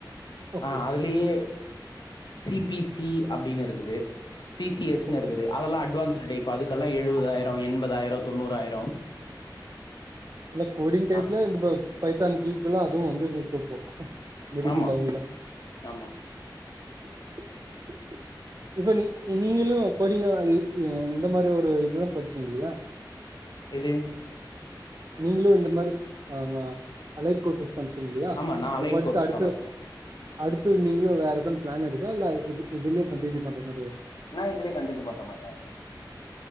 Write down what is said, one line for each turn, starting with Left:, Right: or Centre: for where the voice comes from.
Right: ஓகே
Left: ஆ அதுலேயே சி பி சி அப்டின்னு இருக்குது சி சி எஸ்னு
Right: ஓகே
Left: இருக்குது அதெல்லா அட்வான்ஸ்ட்டு டைப் அதுக்கெல்லா எழுவதாயிரோ எண்பதாயிரோ தொண்ணூறாயிரோ
Right: இல்ல கோடிங் டைப்ல
Left: ஆ
Right: இந்த பைத்தான்க்கீக்குல்லா அதுவு வந்துட்டு இருக்கு இப்போ மெடிக்கல்லைன்ல
Left: ஆமா ஆமா
Right: <inaudible> இப்ப நீ நீங்களு கோடிங் இந் இந்த மாரி ஒரு இதுதா படிச்சீங்க இல்லையா
Left: எது
Right: நீங்களு இந்த மாரி அ அலைக் கோர்சஸ் படிச்சீங்க இல்லையா
Left: ஆமா நா
Right: இப்ப
Left: அலைன்
Right: படுச்சுட்டு
Left: கோர்ஸ்
Right: அடுத்த
Left: தா படிச்சே
Right: அடுத்து நீங்களு வேற ஏதாவது பிளான் இருக்கா இல்ல இது இதுலயே கண்டினியூ பண்ற மாரி இருக்கா
Left: நா இதுலே கண்டினிவ் பண்ற மாரி தா இருக்கே